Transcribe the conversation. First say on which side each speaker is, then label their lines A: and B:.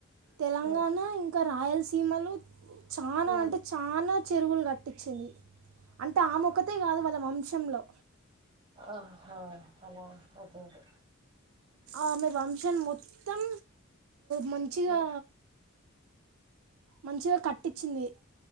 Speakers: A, on the right; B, on the right.
A: తెలంగాణ
B: ఉమ్
A: ఇంకా రాయలసీమలో చానా
B: ఉమ్
A: అంటే చానా చెరువులు కట్టించింది అంటే ఆ మొక్కతే కాదు వాళ్ళ వంశంలో
B: ఆహా అలా అదే అదే
A: ఆమె వంశాన్ని మొత్తం మంచిగా
B: అదే
A: మంచిగా కట్టించింది